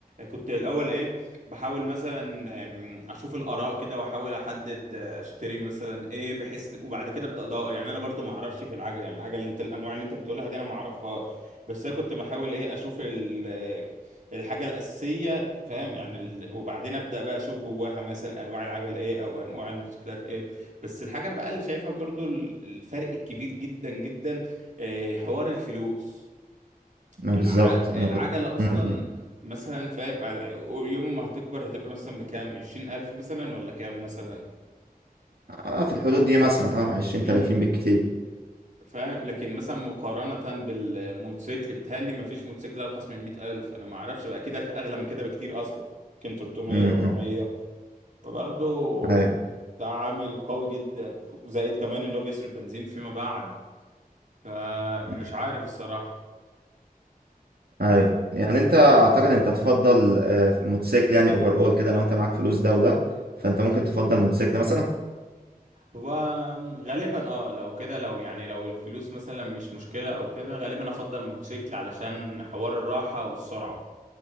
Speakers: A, on the right; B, on the right.
A: كنت الأول إيه بحاول مثلا آم، أشوف الآراء كده وأحاول أحدد آه، أشتري مثلا إيه بحيث وبعد كده أبدأ أدور يعني أنا برضو ما أعرفش في العجل يعني العجل اللي أنت الأنواع اللي أنت بتقولها دي أنا ما أعرفهاش بس أنا كنت بحاول إيه أشوف ال- آه، الحاجة الأساسية فاهم يعني ال... وبعدين أبدأ بقى أشوف جواها مثلا أنواع العجل إيه أو أنواع الموتوسيكلات إيه بس الحاجة بقى اللي شايفها برضو ال- الفرق الكبير جدا جدا آه، حوار الفلوس
B: ما
A: الع...
B: بالظبط انا
A: العجلة
B: كنت
A: أصلا
B: م- م.
A: مثلا فاهم ع- يوم ما هتكبر هتبقى مثلا بكام عشرين ألف مثلا ولا كام مثلا
B: آه، في الحدود دي مثلا اه 20
A: مم.
B: 30 بالكتير
A: فاهم لكن مثلا مقارنة بالموتوسيكل بيتهيألي مفيش موتوسيكل أرخص من مئة ألف أنا معرفش بقى كده أغلى من كده بكتير أصلا كان 300
B: م-
A: 400
B: م.
A: فبرضه
B: ايوه
A: ده عامل قوي جدا زائد كمان إن هو بيصرف بنزين فيما بعد فمش
B: م-
A: عارف الصراحة
B: ايوه يعني انت اعتقد انت تفضل آه، موتوسيكل يعني اوفر اول كده لو انت معاك فلوس ده وده فانت ممكن تفضل موتوسيكل مثلا
A: هو غالبا اه لو كده لو يعني لو الفلوس مثلا مش مشكلة او كده غالبا افضل الموتوسيكل علشان حوار الراحة والسرعة